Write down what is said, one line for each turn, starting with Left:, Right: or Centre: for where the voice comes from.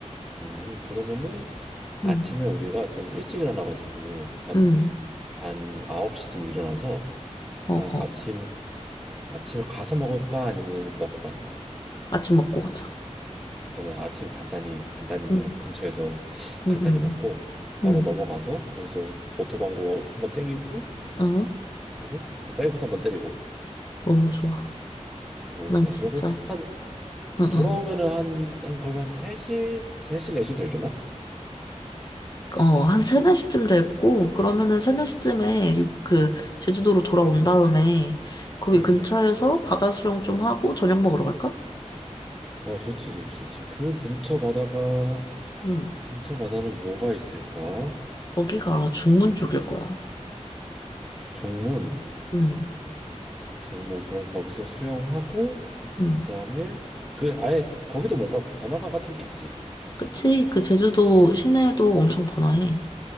Centre: 음, 그러면은 아침에
Left: 응,
Centre: 우리가 좀 일찍 일어나가지고 한,
Left: 응,
Centre: 한 9시쯤 일어나서
Left: 어,
Centre: 딱
Left: 어.
Centre: 아침 아침에 가서 먹을까 아니면 먹고 갈까?
Left: 아침 먹고 가자.
Centre: 그러면 아침 간단히 간단히 뭐
Left: 응,
Centre: 근처에서
Left: 응,
Centre: 간단히
Left: 응,
Centre: 먹고 바로
Left: 응,
Centre: 넘어가서 거기서 오- 오토방구 한번 땡기고
Left: 어,
Centre: 그리고 그 쌀국수 한번 때리고
Left: 너무 좋아.
Centre: 너무
Left: 난
Centre: 좋다.
Left: 진짜
Centre: 그러고 한
Left: 응,
Centre: 돌아오면은
Left: 응.
Centre: 한 한 걸만 한 3시 3시 4시 되려나?
Left: 어, 한 세네 시쯤 됐고, 그러면은 세네 시쯤에
Centre: 음,
Left: 육, 그,
Centre: 음.
Left: 제주도로 돌아온 다음에, 거기
Centre: 응.
Left: 근처에서 바다 수영 좀 하고 저녁 먹으러 갈까?
Centre: 어 좋지 좋지 좋지. 그 근처 바다가
Left: 응.
Centre: 근처 바다는 뭐가 있을까?
Left: 거기가 아마 중문 쪽일 거야.
Centre: 중문
Left: 응,
Centre: 중문 그럼 거기서 수영하고
Left: 응.
Centre: 그다음에 그 아예 거기도 뭔가 그 번화가 같은 게 있지.
Left: 그치? 그 제주도 시내도 엄청 번화해.